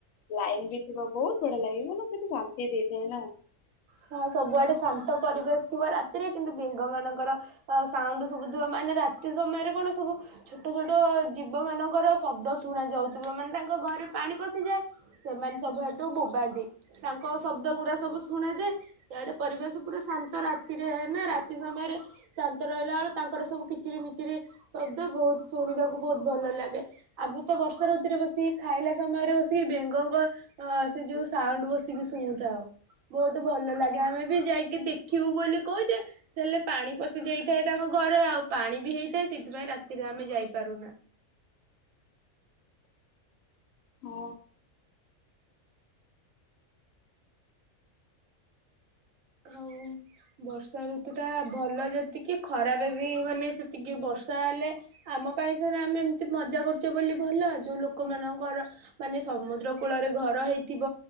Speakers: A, on the left; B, on the right.
A: ଲାଇନ ବି ଥିବ ବହୁତ ବଢିଆ ଲାଗିବ ମାନେ କେତେ ଶାନ୍ତି ଦେଇଥାଏ ନା।
B: ହଁ ସବୁଆଡେ ଶାନ୍ତ ପରିବେଶ ଥିବ ରାତିରେ କିନ୍ତୁ ବେଙ୍ଗ ମାନଙ୍କର ସାଉଣ୍ଡ ଶୁଭୁଥିବ ମାନେ ରାତି ସମୟରେ କଣ ସବୁ ଛୋଟ ଛୋଟ ଜୀବ ମାନଙ୍କର ଶବ୍ଦ ଶୁଣା ଯାଉଥିବ ମାନେ ତାଙ୍କ ଘରେ ପାଣି ପଶିଯାଏ ସେମାନେ ସବୁ ଏଠୁ ବୋବାନ୍ତି ତାଙ୍କ ଶବ୍ଦ ଗୁରା ସବୁ ଶୁଣାଯାଏ ତା ଆଡ଼େ ପରିବେଶ ପୁରା ଶାନ୍ତ ରାତିରେ ନା ରାତି ସମୟରେ ଶାନ୍ତ ରହିଲା ବେଳେ ତାଙ୍କର ସବୁ କିଚିରି ମିଚିରି ଶବ୍ଦ ବହୁତ ଶୁଣିବାକୁ ବହୁତ ଭଲ ଲାଗେ ଆମେ ତ ବର୍ଷା ଋତୁରେ ବସିକି ଖାଇଲା ସମୟରେ ବସିକି ବେଙ୍ଗଙ୍କ ଅ ସେ ଯୋଉ ସାଉଣ୍ଡ ବସିକି ଶୁଣୁଥାଉ ବହୁତ ତ ଭଲ ଲାଗେ ଆମେ ବି ଯାଇକି ଦେଖିବୁ ବୋଲି କହୁଛେ ସେ ହେଲେ ପାଣି ପଶି ଯାଇଥାଏ ତାଙ୍କ ଘରେ ଆଉ ପାଣି ବି ହେଇଥାଏ ସେଥିପାଇଁ ରାତିରେ ଆମେ ଯାଇପାରୁନା।
A: ହଁ।
B: ଆଉ ବର୍ଷା ଋତୁ ଟା ଭଲ ଯେତିକି ଖରାପ ବି ମାନେ ସେତିକି ବର୍ଷା ହେଲେ ଆମ ପାଇଁ ସିନା ଆମେ ଏମିତି ମଜା କରୁଛେ ବୋଲି ଭଲ ଯୋଉ ଲୋକମାନଙ୍କର ମାନେ ସମୁଦ୍ର କୂଳରେ ଘର ହେଇଥିବ